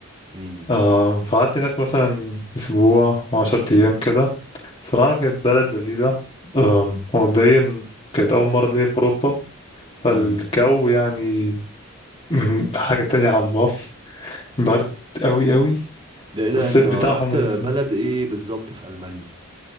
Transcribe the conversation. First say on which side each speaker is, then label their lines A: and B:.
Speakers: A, on the right; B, on the left.
A: امم
B: آه فقعدت هناك مثلا أسبوع وعشرة أيام كده صراحة كانت بلد لذيذة آم، هو مبدئيا كانت أول مرة ليا في أوروبا فالجو
A: امم
B: يعني م، حاجة تانية عن مصر برد أوي أوي
A: ده ايه ده
B: والصيف
A: انت رحت
B: بتاعهم اللي
A: بلد ايه بالظبط في المانيا